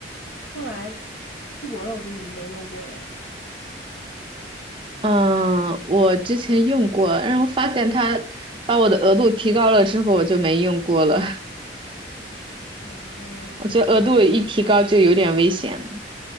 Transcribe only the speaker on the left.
后来出国了，我就没用过了。
哦，